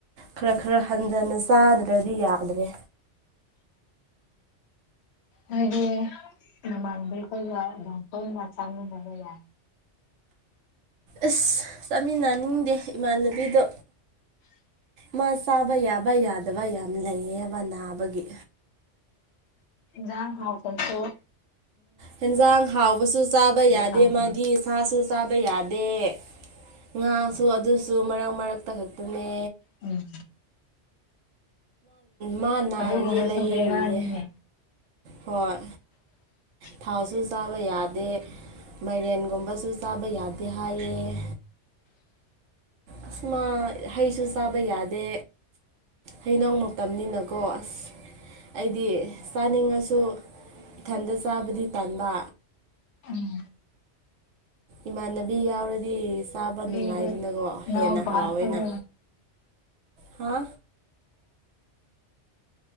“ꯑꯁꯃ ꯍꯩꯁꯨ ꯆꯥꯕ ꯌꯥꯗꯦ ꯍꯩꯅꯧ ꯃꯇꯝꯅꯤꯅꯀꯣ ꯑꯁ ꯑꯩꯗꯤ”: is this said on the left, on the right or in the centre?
Right